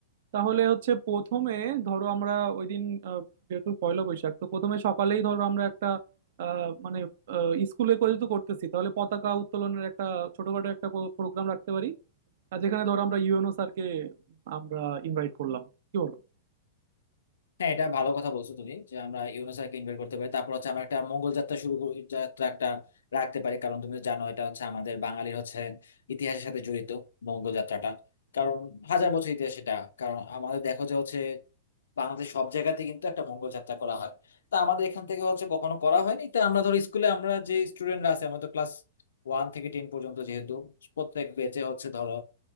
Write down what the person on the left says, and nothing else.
হ্যাঁ এটা ভালো কথা বলছো তুমি যে আমরা ইউনেস্কোকে ইনভাইট করতে পারি তারপর হচ্ছে আমরা একটা মঙ্গল যাত্রা শুরু করি- যাত্রা একটা রাখতে পারি কারণ তুমি জানো এটা হচ্ছে আমাদের বাঙালির হচ্ছে ইতিহাসের সাথে জড়িত মঙ্গল যাত্রাটা কারণ হাজার বছর ইতিহাস এটা কারণ আমাদের দেখো যে হচ্ছে বাংলাদেশ সব জায়গাতে কিন্তু একটা মঙ্গল যাত্রা করা হয় তা আমাদের এখান থেকে হচ্ছে কখনো করা হয়নি তা আমরা ধর স্কুলে আমরা যে স্টুডেন্টরা আছে আমাদের ক্লাস ওয়ান থেকে টেন পর্যন্ত যেহেতু প্রত্যেক ব্যাচে হচ্ছে ধরো